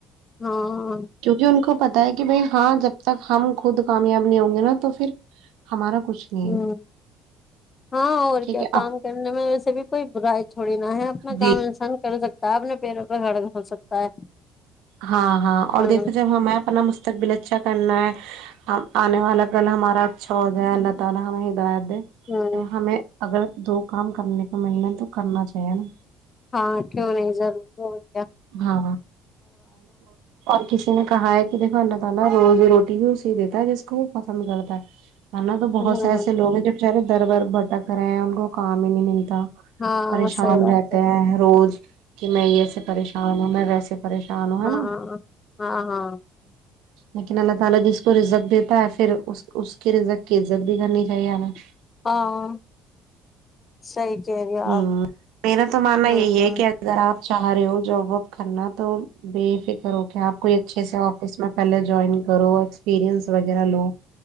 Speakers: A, on the left; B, on the right.
A: ہاں
B: کیونکہ ان کو پتا ہے کہ بھائی ہاں جب تک ہم خود کامیاب نہیں ہوں گے نا تو پھر ہمارا کچھ نہیں
A: ہوں
B: ہے
A: ہاں اور
B: ٹھیک
A: کیا
B: ہے
A: کام
B: آپ
A: کرنے میں ویسے بھی کوئی برائی تھوڑی نہ ہے <unintelligible>
B: جی
A: گم <unintelligible> کر سکتا ہے اپنے پیروں پہ ہڑ ہو سکتا ہے
B: ہاں ہاں اور
A: ہوں
B: دیکھو جب ہمیں اپنا مستقبل اچھا کرنا ہے آب آنے والا گل ہمارا اچ اللہ تعالی ہمیں بعد
A: ہوں
B: تو ہمیں اگر دو کام کرنے کو ملنا ہے تو کرنا چاہیے نا
A: ہاں کیوں نہیں ضرور ب
B: ہاں اور کسی نے کہا ہے کہ دیکھوا تو نا روز روٹی بھی اسی دیتا ہے جس کو وہ پسند کرتا ہے ہےا تو
A: ہاں
B: بہت سے ایسےوگ ہیں جو چے در بر بھٹک رہے ہیں ان کو کام ہی نہیں ملتا
A: ہاں
B: پریشان
A: صحیح بات
B: رہتے
A: ہے
B: ہیں روز کہ میں یہ سب پریشان ہوں میں ویسے پریشان ہوں
A: ہاں
B: ہے نا
A: ہاں ہاں ہاں
B: لیکن اللہ تعالی جس کو رزق دیتا ہے پھر اس کے رزق کی عزت بھی کرنی چاہیے ہمیں وہ اس کا اپڈیٹ
A: ایک ایپ میں نے سندی کے ساتھ دیکھو تم صحیح کہہ رہی ہو
B: ہ
A: آپ
B: میر نےا تو ماننا
A: ہوں
B: یہی ہے
A: ہوں
B: کہذپ چاہ رہے ہو جاب واب کرنا تو بے فکر ہو کیا آپ کوئی اچھے سے آفس میں پہلے جوائن کرو اسپیرئنس وغیرہ لو